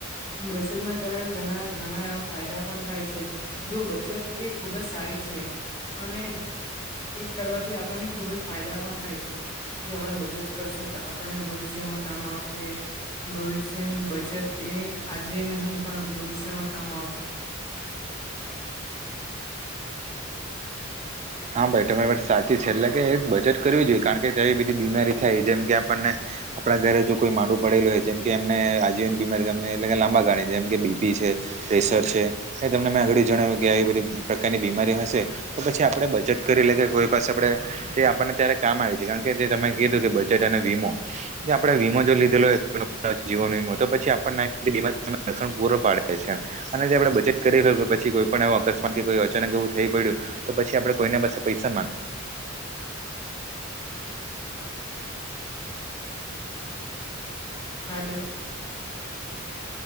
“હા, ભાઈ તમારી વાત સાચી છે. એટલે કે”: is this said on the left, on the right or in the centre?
Right